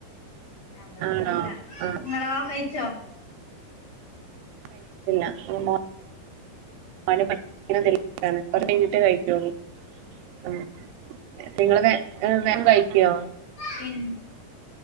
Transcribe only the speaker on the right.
ആണോ ആഹ്
കയ്ച്ചിട്ടില്ല <unintelligible> മോനെ പഠിപ്പിക്ക്ണ തെർക്കാണ് അത് കയ്ഞ്ഞിട്ടെ കയ്ക്കൊള്ളൂ ആഹ് നിങ്ങള് വെ വേം കയ്ക്കോ